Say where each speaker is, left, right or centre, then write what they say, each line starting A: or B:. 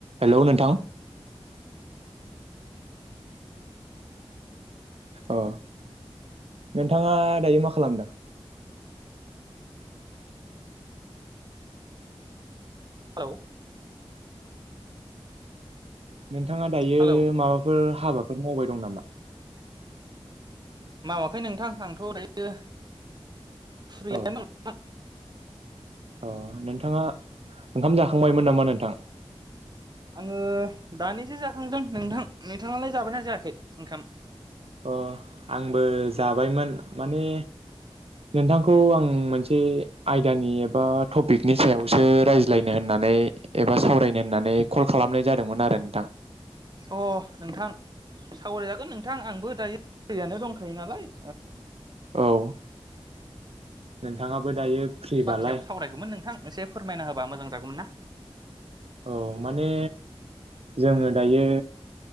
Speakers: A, on the right; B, on the right.
A: हेल' नोंथां अ नोंथाङा दायो मा खालामदों
B: हेल'
A: नोंथाङा दायो
B: हेलौ
A: माबाफोर हाबा हाफोर मावबाय दं नामा
B: मावाखै नोंथां आंथ' दायो फ्रियैनो
A: औ
B: दं नोंथां
A: अ नोंथाङा ओंखाम जाखांबायमोन नामा नोंथां
B: आङो दानिसो जाखांदों नोंथां नोंथाङालाय जाबायना जायाखै ओंखाम
A: अ आंबो जाबायमोन माने नोंथांखौ आं मोनसे आयदानि एबा टपिकनि सायावसो रायज्लायनो होननानै एबा सावरायनो होननानै कल खालामनाय जादोंमोन आरो नोंथां
B: अ नोंथां सावरायजागोन नोंथां आंबो दायो फ्रियानो दंखायो नालाय
A: औ नोंथाङाबो दायो फ्रिबालाय
B: बाथ्रायाव सावरायगौमोन नों नोंथां एसे फोरमायना होबा मोजां जागौमोन ना
A: औ माने जोङो दायो